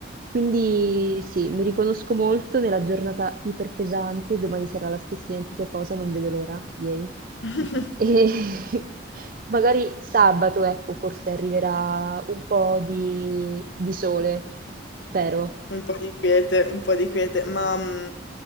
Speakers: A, on the right; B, on the left.
A: Quindi sì, mi riconosco molto nella giornata iperpesante, domani sarà la stessa identica cosa, non vedo l'ora, yay.
B: <laughs>
A: E <laughs> magari sabato, ecco, forse arriverà un po' di, di sole, spero.
B: Un po' di quiete, un po' di quiete, ma mh,